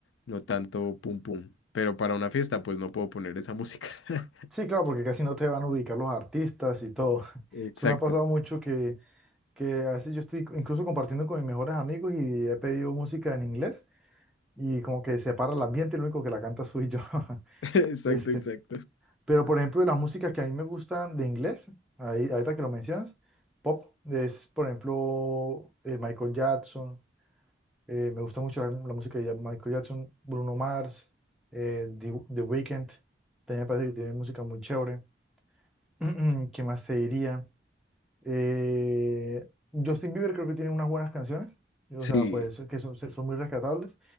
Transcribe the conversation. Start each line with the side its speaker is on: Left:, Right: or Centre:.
Left: no tanto pum pum. Pero para una fiesta pues no puedo poner esa música. <laughs>
Centre: Sí, claro, porque casi no te van a ubicar los artistas y todo. <laughs>
Left: Exacto,
Centre: Eso me ha pasado mucho que, que a veces yo estoy incluso compartiendo con mis mejores amigos y he pedido música en inglés y como que separa el ambiente, lo único que la canta soy yo. <laughs>
Left: <laughs> exacto,
Centre: Este,
Left: exacto.
Centre: pero por ejemplo, de las músicas que a mí me gustan de inglés, ahí, ahorita que lo mencionas, pop es, por ejemplo, eh, Michael Jackson, eh, me gusta mucho la, la música de Ya- Michael Jackson, Bruno Mars, eh, The, The Weeknd, también me parece que tiene música muy chévere. <clears throat> ¿Qué más te diría? Eh, Justin Bieber creo que tiene unas buenas canciones, o
Left: Sí,
Centre: sea, pues que son, son muy rescatables.